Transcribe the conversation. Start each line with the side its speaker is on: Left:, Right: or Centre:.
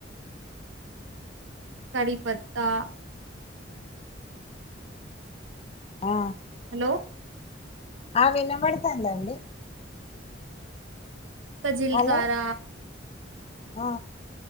Right: కరివేపాకు
Left: ఆ
Right: హలో
Left: ఆ వినబడుతందండి
Right: ఆ జీలకర్ర
Left: హలో ఆ